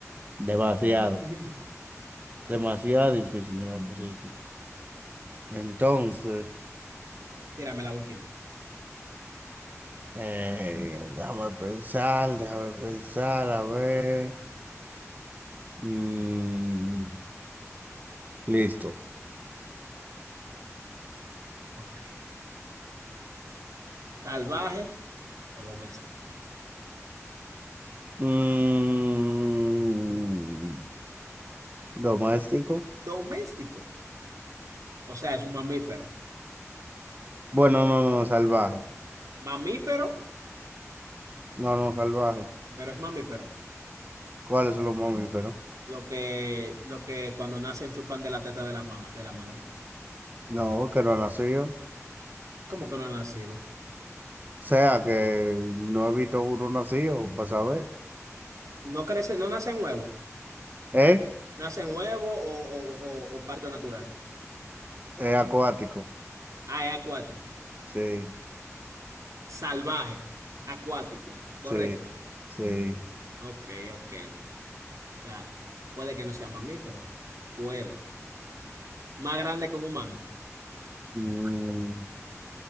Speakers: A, on the right (about 35°); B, on the right (about 80°).
A: Demasiado.
B: <laughs>
A: Demasiado difícil me lo pusiste. Entonces,
B: Tírame la última.
A: eh, déjame pensar, déjame pensar, a ver. Mm, listo.
B: Ok. ¿Salvaje o doméstico?
A: Mm, doméstico.
B: Doméstico. O sea, es un mamífero.
A: Bueno, no, no, salvaje.
B: Mamífero,
A: No, no, salvaje.
B: pero es mamífero.
A: ¿Cuáles son los mamíferos?
B: Lo que, lo que cuando nacen chupan de la teta de la, ma- de la madre.
A: No, que no han nacido.
B: ¿Cómo que no ha nacido?
A: Sea que no he visto uno nacido, para saber.
B: No crece, no nace en huevo.
A: ¿Eh?
B: Nace en huevo o, o, o- o parto natural.
A: Es acuático.
B: Ah, es acuático.
A: Sí,
B: Salvaje, acuático, correcto.
A: sí, sí.
B: Ok, ok. O sea, puede que no sea mamífero. Puede. Más grande que un humano.
A: Mm,